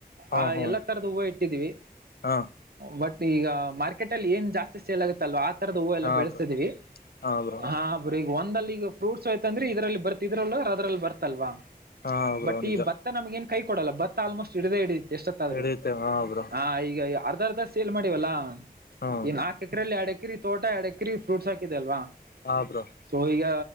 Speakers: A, on the left; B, on the right.
A: ಹಾ
B: ಆ
A: ಹಾ
B: ಎಲ್ಲಾ ತರದ ಹೂವು ಇಟ್ಟಿದೀವಿ
A: ಹಾ
B: ಬಟ್ ಈಗ ಮಾರ್ಕೆಟ್ ಅಲ್ಲಿ ಏನ್ ಜಾಸ್ತಿ ಸೇಲ್ ಆಗುತ್ತಲ್ವ ಆ ರದ ಹೂವು ಎಲ್ಲ
A: ಹಾ
B: ಬೆಳೆಸ್ತಿದೀವಿ
A: ಬ್ರೋ ಹಾ ಬ್ರೋ
B: ಹಾಬ್ರೀ ಈಗ ಒಂದಲ್ಲಿಗ ಫ್ರೂಟ್ಸ್ಯಐತಂದ್ರೆ ಇದರಲ್ಲಿ ಬರ್ತಿದ್ರಲ್ ಅದ್ರಲ್ಲಿ ಬರ್ತಲ್ವಾ
A: ಹಾ ಬ್ರೋ
B: ಬಟ್
A: ನಿಜ
B: ಈ ಭತ್ತ ನಮ್ಗ ಏನ್ ಕೈ ಕೊಡಲ್ಲ ಭತ್ತ ಆಲ್ಮೋಸ್ಟ್ ಹಿಡದೆ ಹಿಡಿಯತ್ ಎಷ್ಟತ್ತಾದ್ರು
A: ಹಿಡಿಯುತ್ತೆ ಬ್ರೋ
B: ಹಾ ಈಗ ಅರ್ ಅದ ಸೇಲ್ ಮಾಡಿವಲ್ಲ
A: ಹ್ಮ್
B: ಇನ್ ಆಾಕ ಎಕರೆೆಯಲ್ಲಿ ಎಡಕಿರಿ ತೋಟ ಎಡಕಿರಿ ಫ್ರೂಟ್ಸ್ ಹಾಕಿದೆ ಅಲ್ವಾ
A: ಹಾ ಬ್ರೋ
B: ಸೊ ಈಗ